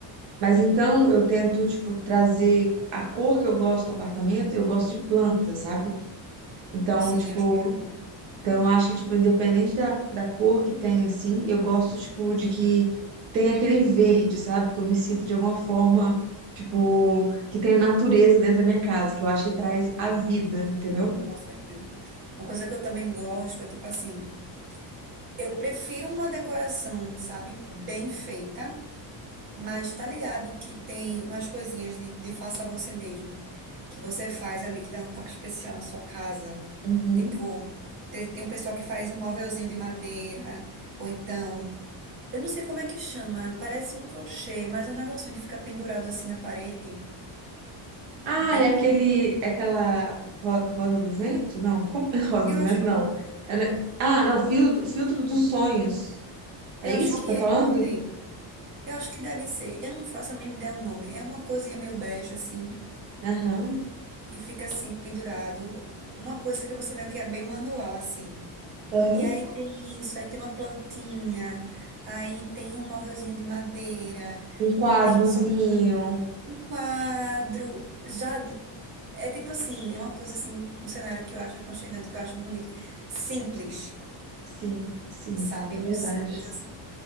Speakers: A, on the right (about 80°); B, on the right (about 45°).
A: Mas então eu tento, tipo, trazer a cor que eu gosto no apartamento, eu gosto de planta, sabe? Então,
B: Sim,
A: tipo,
B: ajuda muito.
A: Então, eu acho que, tipo, independente da, da cor que tem, assim, eu gosto, tipo, de que tem aquele verde, sabe? Que eu me sinto de alguma forma, tipo,
B: Uhum,
A: que tem a natureza dentro da minha casa, que eu acho que traz
B: Também,
A: a vida, entendeu?
B: com certeza. Uma coisa que eu também gosto é tipo assim, eu prefiro uma decoração, sabe, bem feita Mas tá ligado que tem umas coisinhas de, de faça você mesmo, que você faz ali, que dá um toque especial na sua casa.
A: Uhum.
B: Tipo, te- tem, um pessoal que faz um móvelzinho de madeira, ou então, eu não sei como é que chama, parece um crochê, mas é um negocinho que fica pendurado assim na parede.
A: Ah,
B: Bem,
A: é aquele, é aquela ro- rosa do vento? Não, como <laughs> rosa
B: eu
A: do vento?
B: acho,
A: Não. É, né? Ah, não, filtro, filtro dos sonhos. É
B: eu acho
A: isso
B: que
A: que tá
B: é,
A: falando?
B: não sei. Eu acho que deve ser. Eu não faço a mínima ideia o nome. É uma coisinha meio bege, assim,
A: Aham.
B: que fica assim, pendurado. Uma coisa que você vê que é bem manual, assim.
A: Aham.
B: E aí tem isso, aí tem uma plantinha, aí tem um móvelzinho de madeira,
A: Um quadrozinho.
B: e tem um só um quadro, já é tipo assim, é uma coisa assim, um cenário que eu acho aconchegante, que eu acho bonito, simples,
A: Sim, sim,
B: sabe?
A: é
B: No
A: verdade.
B: simples assim,